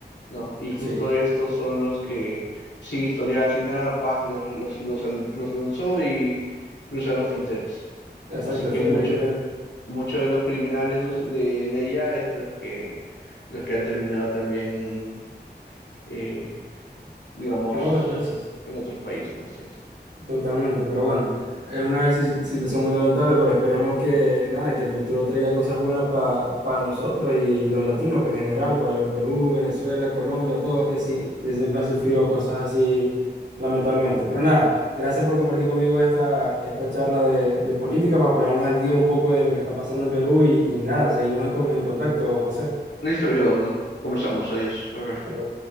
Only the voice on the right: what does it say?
Sí,
exacto.
Fíjate
que en
otros países,
totalmente. Pero bueno, es una si- situación muy lamentable, pero esperemos que nada, que el futuro traiga cosas buenas para nosotros y los latinos, pues en general, para Perú, Venezuela, Colombia, todos que sí, que siempre han sufrido cosas así, lamentablemente. Pero nada, gracias por compartir conmigo esta, esta charla de, de política para ponernos al día un poco de lo que está pasando en Perú y, y nada, seguimos en, co- en contacto, José.
Bueno,